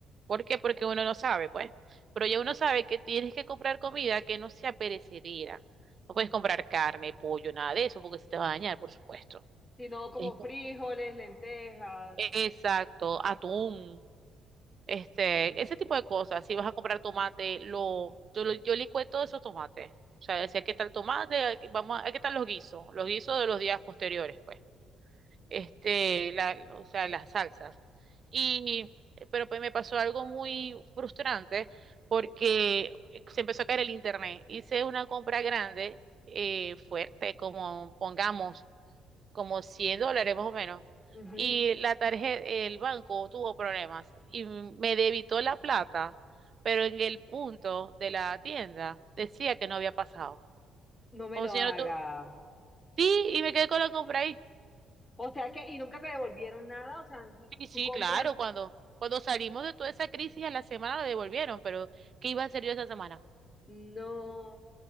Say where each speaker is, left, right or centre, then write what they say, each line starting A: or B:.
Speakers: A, on the right; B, on the left.
A: ¿Por qué? Porque uno no sabe, pues. Pero ya uno sabe que tienes que comprar comida que no sea perecedera. No puedes comprar carne, pollo, nada de eso, porque se te va a dañar, por supuesto.
B: Sino como
A: Ex-
B: frijoles, lentejas.
A: Exacto, atún. Este, ese tipo de cosas. Si vas a comprar tomate, lo, yo, lo- yo licué todos esos tomates. O sea, decía, ¿qué tal tomate? Aquí- Vamos a, ¿qué tal los guisos? Los guisos de los días posteriores, pues. Este, la, o sea, las salsas. Y, pero pues me pasó algo muy frustrante porque se empezó a caer el internet. Hice una compra grande, eh, fuerte, como pongamos como 100 dólares más o menos.
B: Ujú,
A: Y
B: ujú.
A: la tarjeta, el banco tuvo problemas y me debitó la plata, pero en el punto de la tienda decía que no había pasado.
B: No me
A: Como
B: lo
A: si
B: haga.
A: yo no tu- Sí, y me quedé con la compra ahí.
B: O sea que, y nunca te devolvieron nada, o sea,
A: Sí, sí,
B: tu compra.
A: claro, cuando, cuando salimos de toda esa crisis a la semana la devolvieron, pero ¿qué iba a hacer yo esa semana?
B: No,